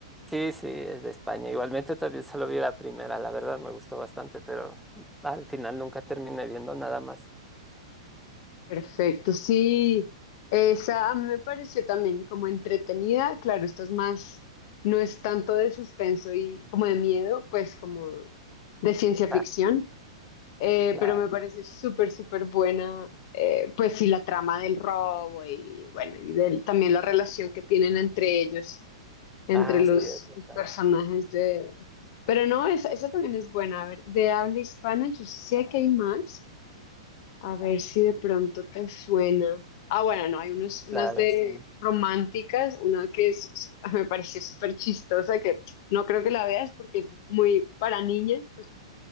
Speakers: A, in the centre; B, on the left (about 50°).
A: Sí, sí, es de España. Igualmente también solo vi la primera, la verdad me gustó bastante, pero al final nunca terminé viendo nada más.
B: Perfecto, sí, esa a mí me pareció también como entretenida, claro, esta es más, no es tanto de suspenso y como de miedo, pues como de ciencia ficción,
A: Ah,
B: eh,
A: claro.
B: pero me parece súper, súper buena, eh, pues sí, la trama del robo y bueno, y del- también la relación que tienen entre ellos, entre
A: Ah,
B: los,
A: sí, es verdad.
B: los personajes de... Pero no, esa, esa también es buena, a ver, de habla hispana, yo sé que hay más. A ver si de pronto te suena. Ah, bueno, no, hay unos, unas
A: Claro,
B: de
A: sí.
B: románticas, una que es, es- <laughs> me pareció súper chistosa, que no creo que la veas porque es muy para niñas, pues,